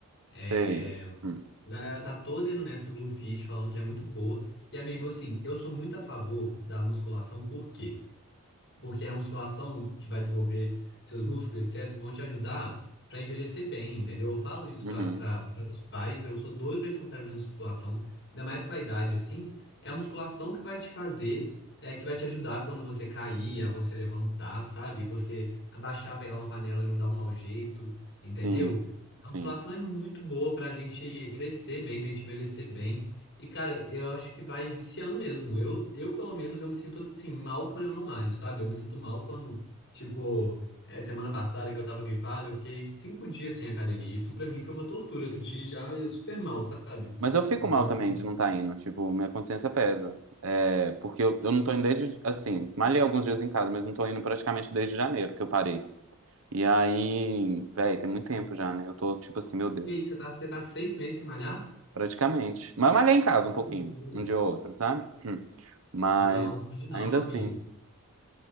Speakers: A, on the left; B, on the right.
A: É...
B: sei. Hum,
A: A galera tá toda indo nessa Blue Fit, falando que é muito boa. E, amigo, assim, eu sou muito a favor da musculação, porque porque é a musculação que vai desenvolver seus músculos, etc., que vão te ajudar para envelhecer bem, entendeu? Eu falo isso
B: uhum,
A: para os pais, eu sou doido para eles começarem a fazer musculação, ainda mais com a idade assim. É a musculação que vai te fazer, é, que vai te ajudar quando você cair, a você levantar, sabe? Você abaixar, pegar uma panela e não dar um mau jeito, entendeu?
B: sim,
A: A musculação
B: sim.
A: é muito boa para a gente crescer bem, para a gente envelhecer bem. E, cara, eu acho que vai viciando mesmo. Eu, eu, pelo menos, eu me sinto assim, mal quando eu não malho, sabe? Eu me sinto mal quando, tipo, é, semana passada que eu tava gripado, eu fiquei cinco dias sem academia. Isso pra mim foi uma tortura. Eu senti já eu super mal, sabe?
B: Mas eu fico
A: Então,
B: mal também de não estar indo, tipo, minha consciência pesa. É, porque eu, eu não tô indo desde, assim, malhei alguns dias em casa, mas não tô indo praticamente desde janeiro que eu parei. E aí, véi, tem muito tempo já, né? Eu tô tipo assim, meu Deus,
A: e aí, você tá, você tá seis meses sem malhar?
B: praticamente. Mas eu malhei em casa um
A: Meu
B: pouquinho,
A: Deus.
B: um dia ou outro, sabe? Hum. Mas
A: Não, pode não,
B: ainda
A: amigo.
B: assim.